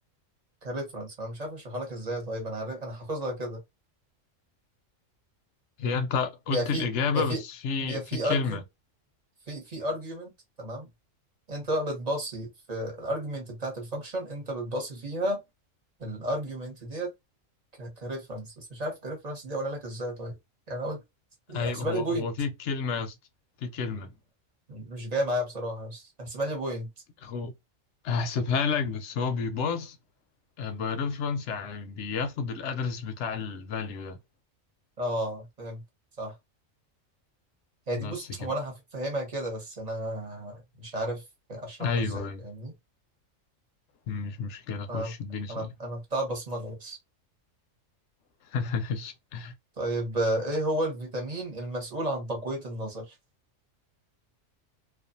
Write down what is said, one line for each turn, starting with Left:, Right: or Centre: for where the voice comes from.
Right: كريفرنس انا مش عارف اشرحها لك ازاي طيب انا عارف انا حافظها كده
Left: هي انت قلت
Right: بيبقى في
Left: الإجابة
Right: بيبقى
Left: بس
Right: في
Left: في
Right: بيبقى في
Left: في كلمة
Right: ارجيوم في في ارجيومنت تمام انت بقى بتباصي في الارجيومنت بتاعت الفانكشن انت بتباصي فيها الارجيومنت ديت ك كريفرنس بس مش عارف كريفرنس دي اقولها لك ازاي طيب يعني انا قلت
Left: ايوه
Right: احسبها
Left: هو
Right: لي بوينت
Left: هو في كلمة يا اسطى في كلمة
Right: مش جاي معايا بصراحة بس احسبها لي بوينت
Left: هو هحسبها لك بس هو بيباص آه، باي ريفرنس يعني بياخد الأدرس بتاع الفاليو ده
Right: اه فهمت صح هي
Left: بس
Right: دي بص
Left: كده
Right: هو انا هفهمها كده بس انا مش عارف اشرحها
Left: ايوه
Right: ازاي
Left: ايوه
Right: فاهمني
Left: مش مشكلة خش
Right: انا
Left: اديني سؤال
Right: انا انا بتاع بصمجه بس
Left: <laughs>
Right: طيب آه، ايه هو الفيتامين المسؤول عن تقوية النظر